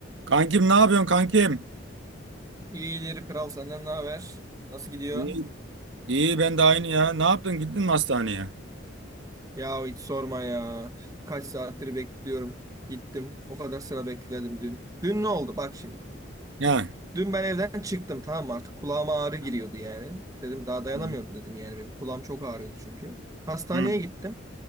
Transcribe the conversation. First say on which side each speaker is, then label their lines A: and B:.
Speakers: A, on the right (about 75°); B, on the right (about 20°).
A: Kankim ne yapıyorsun kankim?
B: İyidir kral senden ne haber? Nasıl gidiyor?
A: İyi. İyi ben de aynı ya. Ne yaptın gittin mi hastaneye?
B: Ya hiç sorma ya. Kaç saattir bekliyorum. Gittim. O kadar sıra bekledim dün. Dün ne oldu? Bak şimdi.
A: Ya.
B: Dün ben evden çıktım tamam mı? Artık kulağıma ağrı giriyordu yani. Dedim daha
A: Tamam.
B: dayanamıyorum dedim yani benim. Kulağım çok ağrıyordu çünkü. Hastaneye
A: Hı.
B: gittim.